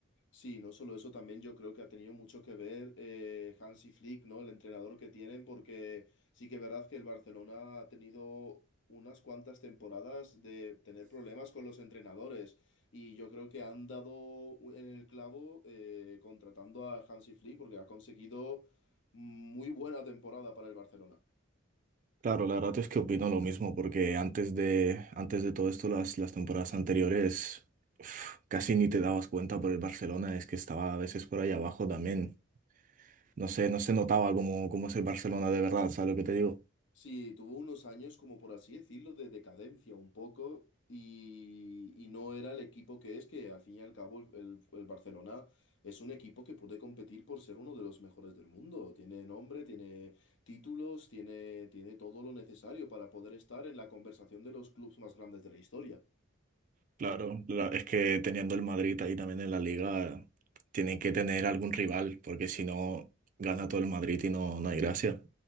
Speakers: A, on the left; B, on the right.
A: Sí, no solo eso, también yo creo que ha tenido mucho que ver eh, Hansi Flick, ¿no? El entrenador que tienen, porque sí que es verdad que el Barcelona ha tenido unas cuantas temporadas de tener problemas con los entrenadores y yo creo que han dado en el clavo eh, contratando a Hansi Flick porque ha conseguido muy buena temporada para el Barcelona.
B: Claro, la verdad es que opino lo mismo, porque antes de, antes de todo esto, las, las temporadas anteriores uf, casi ni te dabas cuenta por el Barcelona, es que estaba a veces por ahí abajo también. No sé, no se notaba cómo, cómo es el Barcelona de verdad, ¿sabes lo que te digo?
A: Sí, tuvo unos años, como por así decirlo, de decadencia un poco y, y no era el equipo que es, que al fin y al cabo el, el- el Barcelona es un equipo que puede competir por ser uno de los mejores del mundo. Tiene nombre, tiene títulos, tiene, tiene todo lo necesario para poder estar en la conversación de los clubes más grandes de la historia.
B: Claro, la- es que teniendo el Madrid ahí también en la liga, tienen que tener algún rival, porque si no, gana todo el Madrid y no, no hay gracia.